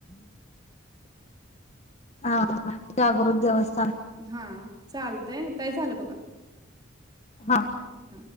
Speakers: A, on the left (about 30°); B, on the right (about 20°).
A: हा जागृत देवस्थान
B: हा चालतय ताई झालं बघा.
A: हा.
B: हा